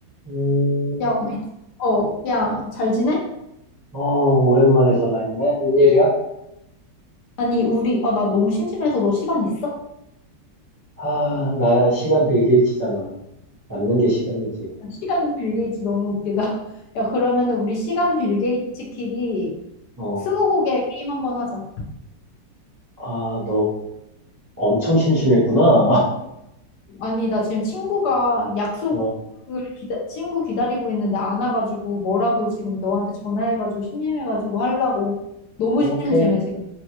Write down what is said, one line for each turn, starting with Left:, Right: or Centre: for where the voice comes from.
Right: 음,
Left: 야, 우리, 어, 야, 잘 지내?
Right: 어, 오랜만에 전화했네. 웬일이야?
Left: 아니, 우리, 아, 나 너무 심심해서 너 시간 있어?
Right: 아, 나야 시간 빌 게이츠잖아. 남는 게 시간이지.
Left: 시간 빌 게이츠 너무 웃기다. <laughs> 야, 그러면은 우리 시간 빌 게이츠끼리
Right: 어,
Left: 스무고개 게임 한번 하자.
Right: 아, 너 엄청 심심했구나. <laughs>
Left: 아니, 나 지금 친구가 약속을
Right: 어,
Left: 기다, 친구 기다리고 있는데 안 와가지고 뭐라도 지금 너한테 전화해가지고 심심해가지고 하려고. 너무
Right: 오케이.
Left: 심심해, 지금.